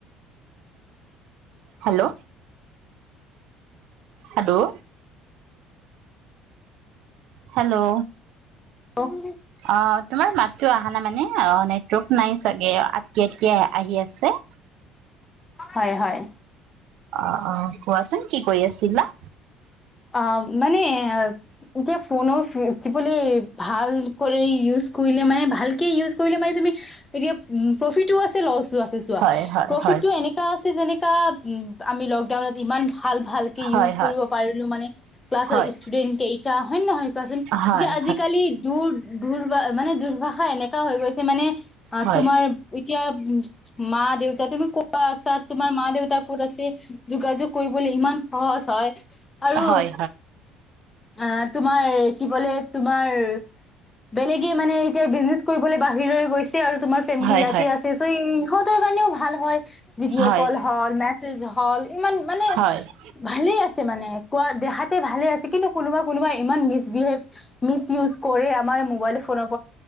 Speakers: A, on the right; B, on the left.
A: hello. 'Hello. 'Hello.
B: অ <unintelligible>
A: অ' তোমাৰ মাততো আহা নাই মানে অ' নেটৱৰ্ক নাই চাগে আটতিয়ে আটতিয়ে আহি আছে।
B: হয় হয়।
A: অ' অ' কোৱাচোন কি কৰি আছিলা!
B: অ' মানে- এতিয়া ফোনৰ কি বুলিলে ভালকৰি ইউজ কৰিলে মানে ভালকে ইউজ কৰিলে মানে তুমি- এতিয়া উম প্ৰফিতো আছে লছো আছে। এতিয়া চোৱা
A: হয় হয়
B: প্ৰফিটো
A: হয়
B: এনেকুৱা আছে যেনেকা উ আমি লডাউনত ইমান- ভাল ভালকে ইউজ
A: হয়
B: কৰিব পাৰো। মানে ক্লাছৰ
A: হয়
B: ষ্টুডেন্ট কেইটা, হয় নহয় কোৱাচোন!
A: হয়
B: এতিয়া
A: হয়
B: আজিকালি দূৰ- দুৰভা, মানে দুুৰভাষা এনেকা হৈ গৈছে মানে
A: হয়
B: তোমাৰ-
A: হয়
B: এতিয়া উম, মা-দেউতা তুমি ক- তোমাৰ মা দেউতা ক'ত আছে যোগাযোগ কৰিবলৈ ইমান সহজ হয়। আৰু
A: হয় হয়
B: আহ' তোমাৰ কি বোলে তোমাৰ- বেলেগে মানে এতিয়া বিজনেছ কৰিবলৈ বাহিৰলৈ গৈছে। আৰু তোমাৰ ফেমিলি
A: হয়
B: ইয়াতে
A: হয়
B: আছে'চৌ সিহঁতৰ কাৰণেও ভাল হয় ভিডিঅ'
A: হয়
B: কল
A: হয়
B: হল- হ'ল ইমান মানে,
A: হয় হয় হয়
B: ভালে আছে মানে, কোৱা দেহাতে ভালে আছে কিন্তু কোনোবা কোনোবা ইমান মিচবিহেভ মিচ ইউজ কৰে আমাৰ- মবাইল ফোনৰ